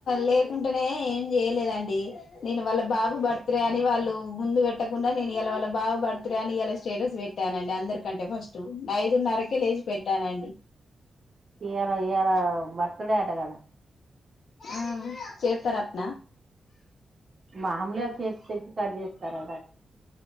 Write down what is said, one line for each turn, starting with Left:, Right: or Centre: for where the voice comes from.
Left: లేకుంటనేం చేయలేదండి నేను వాళ్ళ బాబు బర్త్డే అని వాళ్ళు ముందు పెట్టకుండా నేను ఇలా వాళ్ళ బాబు బర్త్డే గా ని ఇయల స్టేటస్ పెట్టానండి అందరికంటే ఫస్ట్ఐదున్నరకే లేచి పెట్టానండి
Right: ఇయ్యల ఇయ్యల బర్త్ డే ఆట కదా
Left: ఆ చేత్తరాట్న
Right: మామూలుగా కేక్ తెచ్చి కట్ చేస్తారా